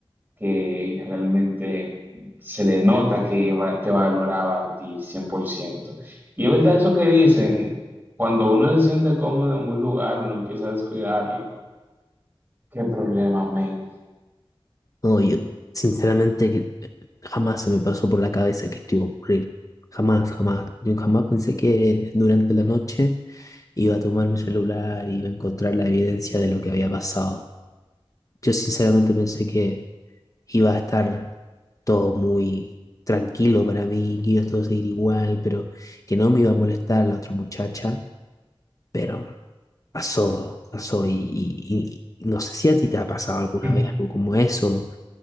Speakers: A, on the right (about 20°); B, on the left (about 35°).
A: que realmente se le nota que va- te valoraba a ti cien por ciento Y es verdad eso que dicen, cuando uno se siente cómodo en un lugar, uno empieza a descuidarlo. ¿Qué problema, men?
B: No, yo sinceramente que eh, jamás se me pasó por la cabeza que esto iba a ocurrir. Jamás, jamás. Yo jamás pensé que durante la noche iba a tomar mi celular y iba a encontrar la evidencia de lo que había pasado. Yo sinceramente pensé que iba a estar todo muy tranquilo para mí, que iba a todo seguir igual, pero que no me iba a molestar la otra muchacha Pero pasó, pasó y, y- y no sé si a ti te ha pasado alguna
A: Mm.
B: vez algo como eso,